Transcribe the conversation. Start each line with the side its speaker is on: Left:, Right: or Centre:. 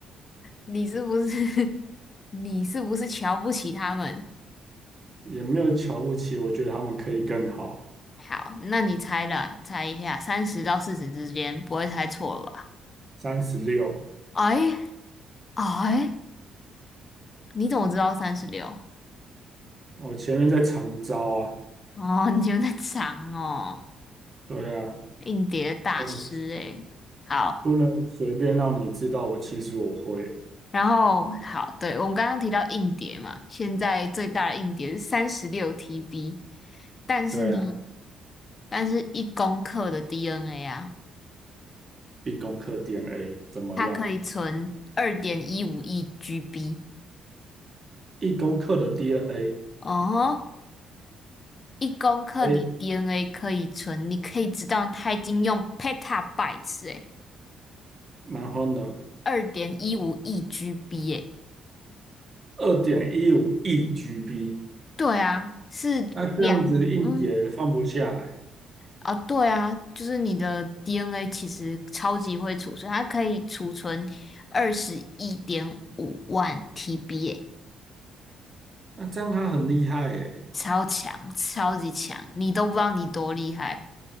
Left: 你是不是 <laughs> 你是不是瞧不起他们？
Right: 也没有瞧不起，我觉得他们可以更好。
Left: 好，那你猜了，猜一下，三十到四十之间，不会猜错了吧？
Right: 三十六，
Left: 哎哎，你怎么知道三十六？
Right: 我前面在长招啊，
Left: 哦，你觉得长哦，
Right: 对啊，
Left: 硬碟大师诶。
Right: 嗯，
Left: 好，
Right: 不能随便让你知道我其实我会，
Left: 然后好，对，我们刚刚提到硬碟嘛，现在最大的硬碟是三十六 TB，但是呢，
Right: 对啊，
Left: 但是一公克的 DNA 啊，
Right: 一公克 DNA 怎么样？
Left: 它可以存二点一五亿 GB
Right: 一公克的 DNA
Left: 哦，一公克的
Right: 可以，
Left: DNA 可以存，你可以知道它已经用 petabytes 诶，
Right: 然后呢，
Left: 二点一五亿 GB 诶，
Right: 二点一五亿 GB，
Left: 对啊，是两。
Right: 那这样子硬碟放不下哎、
Left: 嗯。啊，对啊，就是你的 DNA 其实超级会储存，它可以储存二十一点五万 TB，耶
Right: 那这样他很厉害哎、
Left: 超强，超级强，你都不知道你多厉害，